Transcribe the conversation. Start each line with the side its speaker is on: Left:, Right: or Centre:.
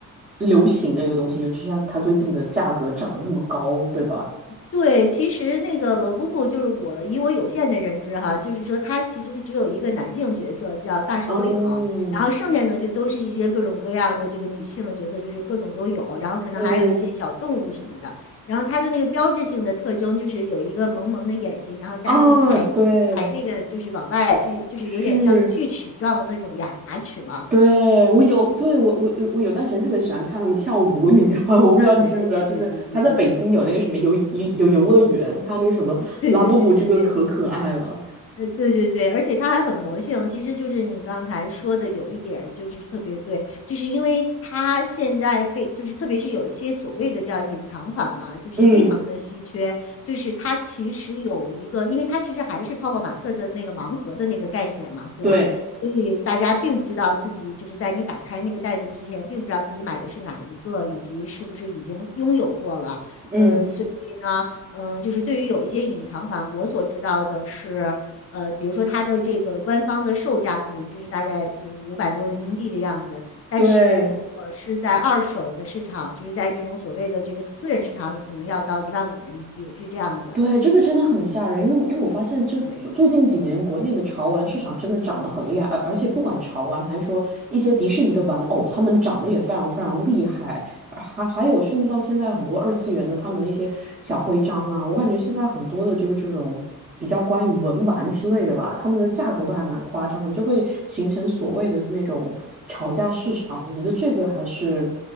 Right: 流行的一个东西，尤其是它它最近的价格涨得那么高，对吧？
Left: 对，其实那个冷布布就是我以我有限的认知哈，就是说他其实只有一个男性角色叫大首领，
Right: 嗯
Left: 然后剩下呢就都是一些各种各样的这个女性的角色，就是各种都有，然后可能还有一些小动物什么的。
Right: 嗯
Left: 然后它的那个标志性的特征就是有一个萌萌的眼睛，然后加上一排一排那个就是往外，
Right: 啊，对，
Left: 就是就是有点像锯齿状的那种牙齿嘛。
Right: 是。对，我有，对，我我我有段时间特别喜欢看他们跳舞，你知道吗？<laughs> 我不知道你知不知道，
Left: <laughs> 对对对对对对对
Right: 就是他在北京有那个什么游游游游乐园，他那什么拉布布这个可可爱了，
Left: 对对对对对对对。呃，对对对，而且它还很魔性，其实就是你刚才说的有一点就是特别对，就是因为它现在非就是特别是有一些所谓的叫隐藏款嘛，就是非常的稀缺，
Right: 嗯，
Left: 就是它其实有一个，因为它其实还是泡泡玛特的那个盲盒的那个概念嘛，对吧？
Right: 对，
Left: 所以大家并不知道自己就是在你打开那个袋子之前，并不知道自己买的是哪一个，以及是不是已经拥有过了，
Right: 嗯，
Left: 呃，所以呢。嗯，呃就是对于有一些隐藏款，我所知道的是，呃，比如说它的这个官方的售价可能就是大概呃五百多人民币的样子，但是如果是在二手的市场，
Right: 对，
Left: 就是在这种所谓的这个私人市场里，可能要到一万五人民币，是这样子。
Right: 对，这个真的很吓人，因为我因为我发现就，
Left: 对
Right: 最最近几年国内的潮玩市场真的涨得很厉害，而而且不管潮玩还是说一些迪士尼的玩偶，他们涨得也非常非常厉害，还还有甚至到现在很多二次元的他们的一些小徽章啊，我感觉现在很多的就是这种比较关于文玩之类的吧，他们的价格都还蛮夸张的，就会形成所谓的那种吵价市场，我觉得这个还是